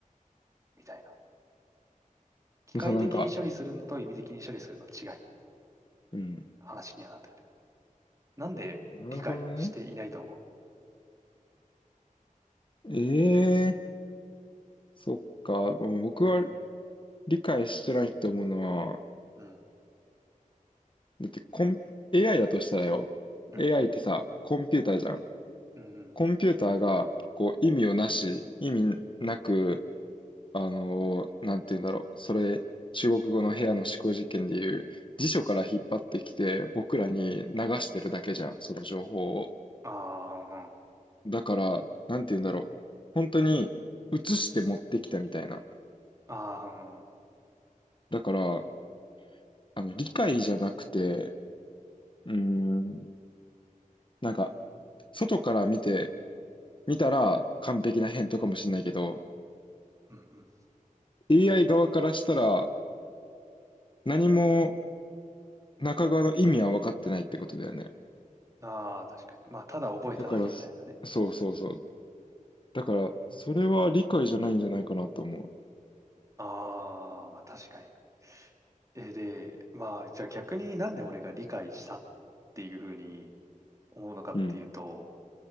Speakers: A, on the right; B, on the left.
A: みたいな。機械的に処理するのと意味的に処理するの違い。
B: そう、なんか、うん。
A: 話にはなってくるよねなんで理解していないと思
B: なるほどね。ええそっか。もう僕は理解してないと思うのは、
A: うん。
B: だってコン、AI だとしたらよ。
A: うんうん。
B: AI ってさ、コンピューターじゃん。
A: うんうん。
B: コンピューターが、こう、意味をなし、意味なく、あのーなんて言うんだろう。それ、中国語の部屋の思考実験でいう、辞書から引っ張ってきて、僕らに流してるだけじゃん。その情報を。
A: あ
B: だから、なんて言うんだろう。本当に、映して持ってきたみたいな。
A: あ、ああ、
B: だから、あの、理解じゃなくて、うーん、なんか、外から見て、見たら完璧な返答かもしれないけど、
A: うんうん。
B: AI 側からしたら、何も中側の意味は分かってないってことだよね。
A: ああ、確かに。まあ、ただ覚えただけみたいなね。
B: だから、そそうそうそう。だから、それは理解じゃないんじゃないかなと思
A: ああ、まあ確かに。え、で、まあ、じゃあ逆になんで俺が理解したっていうふうに思うのかっていうと、
B: う。うん。